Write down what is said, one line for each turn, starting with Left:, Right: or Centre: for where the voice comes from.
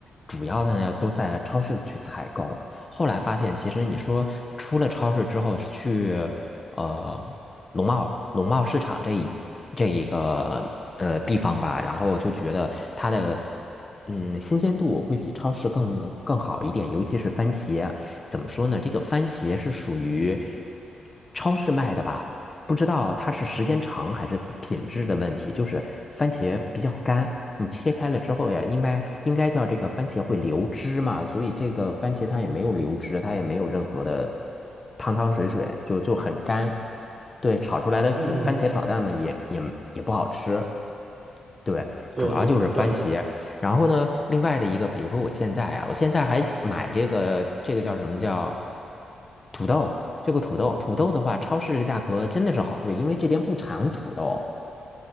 Left: 主要的呢都在超市去采购。后来发现，其实你说出了超市之后去呃农贸农贸市场这一这一个呃地方吧，然后就觉得它的嗯新鲜度会比超市更更好一点，尤其是番茄。怎么说呢？这个番茄是属于超市卖的吧？不知道它是时间长还是品质的问题，就是番茄比较干，你切开了之后呀，应该应该叫这个番茄会流汁嘛，所以这个番茄它也没有流汁，它也没有任何的汤汤水水，就就很干。对，炒出来的番茄炒蛋嘛，
Right: 嗯，
Left: 也也也不好吃。对，
Right: 对对，
Left: 主要就是番茄。然后呢，另外的一个，比如说我现在啊，我现在还买这个这个叫什么叫土豆，这个土豆，土豆的话，超市的价格真的是好贵，因为这边不产土豆。